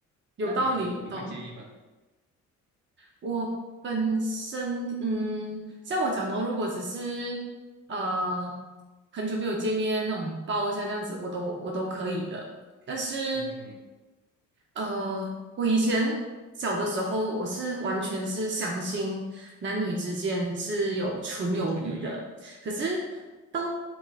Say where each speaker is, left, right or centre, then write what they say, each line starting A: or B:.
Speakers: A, on the right; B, on the right.
A: 有道理有道理。
B: 那你呢？你会介意吗？
A: 我本身，嗯，像我讲的哦如果只是呃很久没有见面那种抱一下这样子，我都我都可以的。但是
B: 嗯哼哼，
A: 呃，我以前小的时候，我是完全是相信男女之间是有纯友谊的。
B: 有纯有义，
A: 可是到